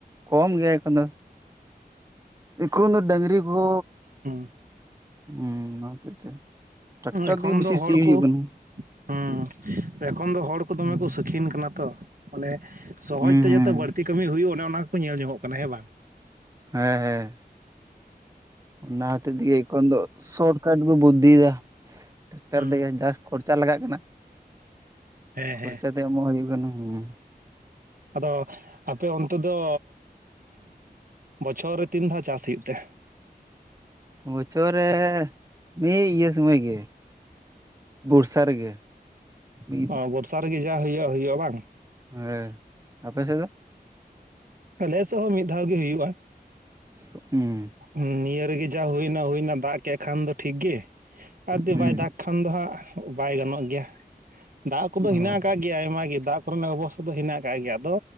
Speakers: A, on the right (about 20°); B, on the right (about 60°).
A: ᱠᱚᱢ ᱜᱮᱭᱟ ᱮᱠᱷᱚᱱ ᱫᱚ᱾ ᱮᱠᱷᱚᱱ ᱦᱚᱸ ᱰᱟᱹᱝᱨᱤ ᱠᱚ,
B: ᱦᱩᱸ
A: ᱦᱩᱸ ᱚᱱᱟ ᱦᱚᱛᱮᱡ ᱛᱮ, ᱴᱨᱟᱠᱴᱟᱨ
B: ᱮᱠᱷᱚᱱ
A: ᱛᱮᱜᱮ ᱵᱮᱥᱤ
B: ᱫᱚ ᱦᱚᱲ
A: ᱥᱤ ᱦᱩᱭᱩᱜ
B: ᱠᱚ
A: ᱠᱟᱱᱟ
B: ᱦᱩᱸ, ᱮᱠᱷᱚᱱ ᱫᱚ ᱦᱚᱲ ᱠᱚ ᱫᱚᱢᱮ
A: ᱦᱩᱸ
B: ᱠᱚ ᱥᱩᱠᱷᱤᱱ ᱠᱟᱱᱟ ᱛᱚ᱾ ᱢᱟᱱᱮ ᱥᱚᱦᱚᱡ
A: ᱦᱩᱸ
B: ᱛᱮ ᱡᱟᱛᱮ ᱵᱟᱹᱲᱛᱤ ᱠᱟᱹᱢᱤ ᱦᱩᱭᱩᱜ ᱚᱱᱮ ᱚᱱᱟ ᱠᱚᱠᱚ ᱧᱮᱞ ᱡᱚᱝ-ᱚᱜ ᱠᱟᱱᱟ ᱦᱮᱸ ᱵᱟᱝ?
A: ᱦᱮᱸ ᱦᱮᱸ᱾ ᱚᱱᱟ ᱦᱚᱛᱮ ᱛᱮᱜᱮ ᱮᱠᱷᱚᱱ ᱫᱚ ᱥᱚᱴᱠᱷᱟᱴ ᱠᱚ ᱵᱩᱫᱽᱫᱷᱤ ᱫᱟ, ᱴᱟᱠᱴᱟᱨ
B: ᱦᱩᱸ
A: ᱛᱮᱜᱮ ᱡᱟᱥᱴ ᱠᱷᱚᱨᱪᱟ ᱞᱟᱜᱟᱜ ᱠᱟᱱᱟ,
B: ᱦᱮᱸ ᱦᱮᱸ
A: ᱠᱷᱚᱨᱪᱟ ᱫᱚ ᱮᱢᱚᱜ ᱦᱩᱭᱩᱜ ᱠᱟᱱᱟ᱾ᱦᱩᱸ᱾
B: ᱟᱫᱚ ᱟᱯᱮ ᱚᱱᱛᱮ ᱫᱚ ᱵᱚᱪᱷᱚᱨ ᱨᱮ ᱛᱤᱱ ᱫᱷᱟᱹᱣ ᱪᱟᱥ ᱦᱩᱭᱩᱜ ᱛᱮ?
A: ᱵᱚᱪᱷᱚᱨ ᱨᱮ ᱢᱤᱫ ᱤᱭᱟᱹ ᱥᱢᱚᱭ ᱜᱮ᱾ ᱵᱚᱨᱥᱟ ᱨᱮᱜᱮ᱾ ᱢᱤᱫ
B: ᱚ, ᱵᱚᱨᱥᱟ ᱨᱮᱜᱮ ᱡᱟ ᱦᱩᱭᱩᱜ ᱦᱩᱭᱩᱜ-ᱟ ᱵᱟᱝ?
A: ᱦᱮᱸ᱾ ᱟᱯᱮ ᱥᱮᱜ ᱫᱚ?
B: ᱟᱞᱮ ᱥᱮᱜ ᱦᱚᱸ ᱢᱤᱫ ᱫᱷᱟᱹᱣ ᱜᱮ ᱦᱩᱭᱩᱜ-ᱟ᱾
A: ᱦᱩᱸ ᱾
B: ᱦᱩᱸ, ᱱᱤᱭᱟᱹ ᱨᱮᱜᱮ ᱡᱟ ᱦᱩᱭᱱᱟ ᱦᱩᱭᱱᱟ, ᱫᱟᱜ ᱠᱮᱫ ᱠᱷᱟᱱ ᱫᱚ ᱴᱷᱤᱠ ᱜᱮ ᱟᱨ ᱡᱩᱫᱤ
A: ᱦᱩᱸ
B: ᱵᱟᱭ ᱫᱟᱜ ᱠᱷᱟᱱ ᱫᱚ ᱦᱟᱸᱜ ᱵᱟᱭ ᱜᱟᱱᱚᱜ ᱜᱮᱭᱟ, ᱫᱟᱜ ᱠᱚᱫᱚ ᱦᱮᱱᱟᱜ
A: ᱚ
B: ᱠᱟᱜ ᱜᱮ ᱜᱮᱭᱟ ᱟᱭᱢᱟ ᱜᱮ ᱫᱟᱜ ᱠᱚᱨᱮᱱᱟᱜ ᱚᱵᱚᱥᱛᱟ ᱫᱚ ᱦᱮᱱᱟᱜ ᱟᱠᱟᱫ ᱜᱮᱭᱟ᱾ ᱟᱫᱚ